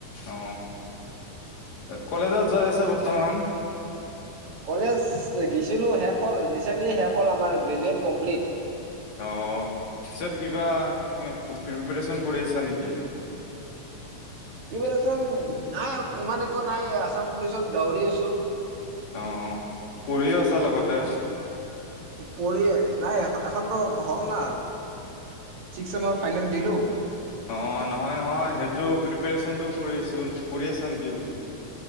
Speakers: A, on the left; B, on the right.
A: অ, কলেজত যাই আছে বৰ্তমান?
B: কলেজ গেছিলো শেষ হল ৰিচেন্টলি শেষ হ'ল আমাৰ গ্ৰেজুৱেট কমপ্লিট।
A: অ, পিছত কিবা প্ৰিপৰেচন কৰি আছা নেকি? ঠ
B: কি কচোন নাই ইমান একো নাই আছাম পুলিচত দউৰি আছো।
A: অ, পঢ়িও আছে লগতে।
B: পৰি নাই এখনতো হ'ল ন। ছিক্স চেমাৰ ফাইনেল দিলো।
A: অ, নহয় - নহয় সেইটো প্ৰিপেৰেশ্যনটো কৰি আছো কৰি আছা নেকি বোলো।